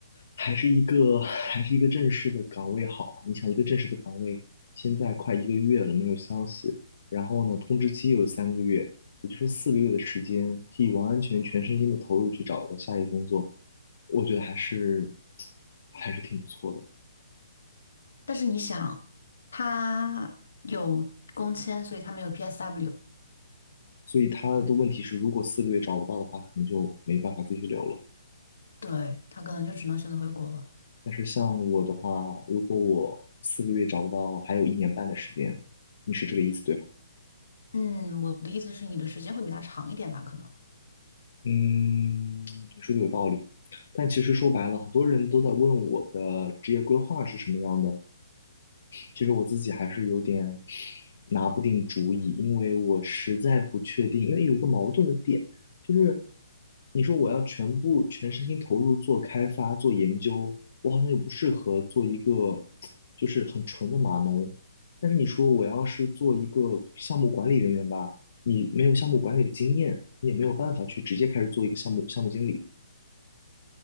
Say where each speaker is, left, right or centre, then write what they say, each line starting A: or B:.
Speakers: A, on the left; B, on the left.
A: 还是一个 <sighs> 还是一个正式的岗位好啊。你想，一个正式的岗位，现在快一个月了没有消息，然后呢，通知期又有三个月，也就是说四个月的时间，可以完完全全身心的投入去找到下一个工作，我觉得还是 <tsk> 还是挺不错的。
B: 但是你想，他有工签，所以他没有 PSW，
A: 所以他的问题是，如果四个月找不到的话，可能就没办法继续留了。
B: 对，他可能就只能选择回国了。
A: 但是像我的话，如果我四个月找不到，还有一年半的时间，你是这个意思对吧？
B: 嗯，我的意思是，你的时间会比他长一点吧？可能。
A: 嗯，你说的有道理。但其实说白了，很多人都在问我的职业规划是什么样的，其实我自己还是有点拿不定主意，因为我实在不确定，因为有一个矛盾的点，就是你说我要全部全身心投入做开发、做研究，我好像又不适合做一个就是很纯的码农，但是你说我要是做一个项目管理人员吧，你没有项目管理的经验，你也没有办法去直接开始做一个项目项目经理。